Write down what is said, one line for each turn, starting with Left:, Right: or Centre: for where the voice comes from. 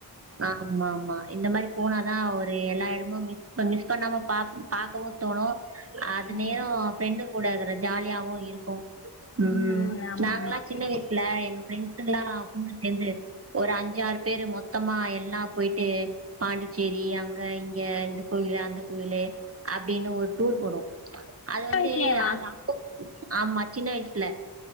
Right: ஆம்மா ஆம்மா இந்த மாரி போனாதா ஒரு எல்லா எடமு மிஸ் மிஸ் பண்ணாம பா பாக்கவு தோணு அது நேரோ
Left: ம்
Right: ஃப்ரெண்டுங்கூட இருக்ற ஜாலியாவு இருக்கு உம்
Left: ம் ஆமா
Right: நாங்கல்லா
Left: ஆமா
Right: சின்ன வயசுல எங்க ஃப்ரெண்ஸ்ங்கல்லா ஒண்ணு சேந்து ஒரு அஞ்சாறு பேரு மொத்தமா எல்லா போயிட்டு பாண்டிச்சேரி அங்க இங்க இந்த கோயிலு அந்த கோயிலு அப்டின்னு ஒரு டூர் போனோ அது
Left: சின்ன
Right: வந்து
Left: வயசுலேவா
Right: அது ஆமா சின்ன வயசுல